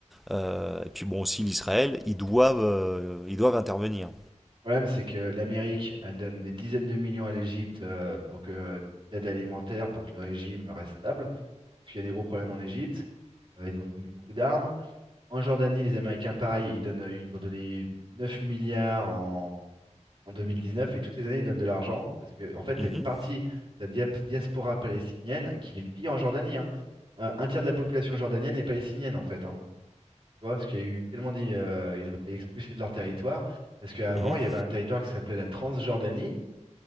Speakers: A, in the centre; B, on the right.
A: euh, et puis bon aussi l'Israël, ils doivent, euh, ils doivent intervenir.
B: problème, c'est que l'Amérique, elle donne des dizaines de millions à l'Égypte euh, pour que d'aide alimentaire pour que le régime reste stable, parce qu'il y a des gros problèmes en Égypte. Euh, ils ont fourni beaucoup d'armes. En Jordanie, les Américains, pareil, ils donnent, euh, ils ont donné 9 milliards en, en 2019 et toutes les années, ils donnent de l'argent parce que, en fait, tu
A: Mhm,
B: as une partie de la diap- diaspora palestinienne qui vit en Jordanie. hein. Euh, un tiers de la population jordanienne est palestinienne, en fait. hein. Tu vois, parce qu'il y a eu tellement dit, ils ont été expulsés de leur territoire, parce qu'avant,
A: mhm,
B: il y avait un territoire qui s'appelait la Transjordanie,